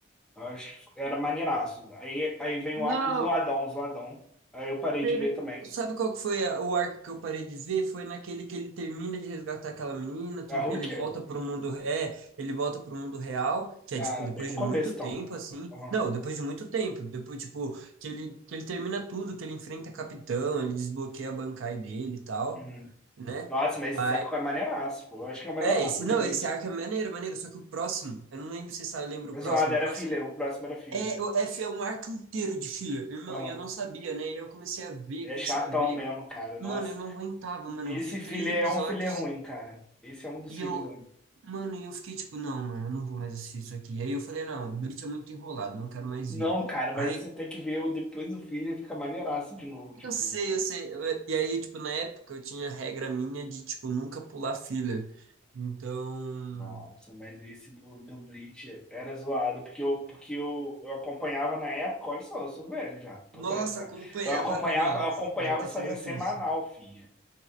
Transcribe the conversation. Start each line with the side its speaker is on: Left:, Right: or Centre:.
Centre: eu acho que era maneiraço. Aí, aí vem
Right: não.
Centre: o arco do Zoadão, Zoadão. Aí eu parei
Right: Teve-
Centre: de ver também.
Right: Sabe qual que foi a- o arco que eu parei de ver? Foi naquele que ele termina de resgatar aquela menina, tudo,
Centre: A Rukia?
Right: ele volta pro mundo, é, ele volta pro mundo real, que é
Centre: Ah,
Right: tipo depois
Centre: bem no
Right: de
Centre: começo,
Right: muito
Centre: então.
Right: tempo assim.
Centre: Aham.
Right: Não, depois de muito tempo, depois tipo que ele que ele termina tudo, que ele enfrenta capitão, ele desbloqueia a Bankai dele e tal,
Centre: Uhum.
Right: né?
Centre: Nossa, mas
Right: Aí,
Centre: esse arco é maneiraço, pô. Eu acho que é o melhor
Right: é,
Centre: arco
Right: esse
Centre: de
Right: não,
Centre: Bleach.
Right: esse arco é maneiro, maneiro, só que o próximo, eu não lembro se você sabe, lembra o
Centre: O
Right: próximo,
Centre: Zoado era
Right: o próximo
Centre: filler, o próximo era filler.
Right: é, o F é um arco inteiro de filler, irmão,
Centre: Aham.
Right: e eu não sabia, né? E eu comecei a ver,
Centre: É
Right: comecei
Centre: chatão
Right: a ver.
Centre: mesmo, cara. Nossa.
Right: Mano, eu não aguentava, mano.
Centre: Esse
Right: Eu via
Centre: filler
Right: três episódios
Centre: é um filler ruim, cara. Esse é um dos
Right: e
Centre: filhos.
Right: eu. Mano, e eu fiquei tipo, não, mano, eu não vou mais assistir isso aqui. aí eu falei, não, Bleach é muito enrolado, não quero mais
Centre: Não,
Right: ver.
Centre: cara, mas
Right: Aí,
Centre: você tem que ver o depois do filho fica maneiraço de novo, tipo.
Right: eu sei, eu sei. eu- E aí, tipo, na época eu tinha regra minha de, tipo, nunca pular filler. Então.
Centre: Nossa, mas esse do, do Bleach era zoado, porque, eu, porque eu, eu acompanhava na época, olha só, eu sou velho já, tô
Right: Nossa,
Centre: velho já.
Right: acompanhava.
Centre: Eu acompanhava,
Right: Nossa,
Centre: eu acompanhava,
Right: deve ter
Centre: saía
Right: sido
Centre: semanal,
Right: triste.
Centre: filha.